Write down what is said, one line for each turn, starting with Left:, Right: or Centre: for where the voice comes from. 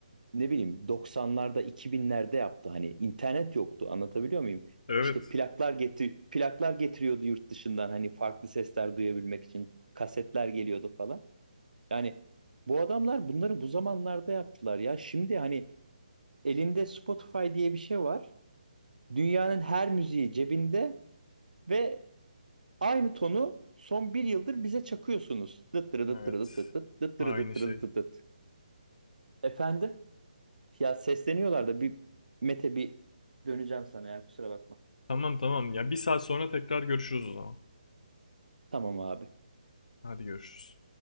Right: ne bileyim 90'larda 2000'lerde yaptı. Hani internet yoktu. Anlatabiliyor muyum?
Left: Evet.
Right: İşte plaklar getir plaklar getiriyordu yurt dışından hani farklı sesler duyabilmek için. Kasetler geliyordu falan. Yani bu adamlar bunları bu zamanlarda yaptılar ya. Şimdi hani elinde Spotify diye bir şey var. Dünyanın her müziği cebinde ve Aynı tonu son bir yıldır bize çakıyorsunuz. Dıt dırı dıt
Left: Evet.
Right: dırı dıt dıt dıt dıt
Left: Aynı
Right: dırı dıt dırı
Left: şey.
Right: dıt dıt Efendim? Ya sesleniyorlar da bir Mete bir döneceğim sana ya kusura bakma.
Left: Tamam tamam. Ya bir saat sonra tekrar görüşürüz o zaman.
Right: Tamam abi.
Left: Hadi görüşürüz.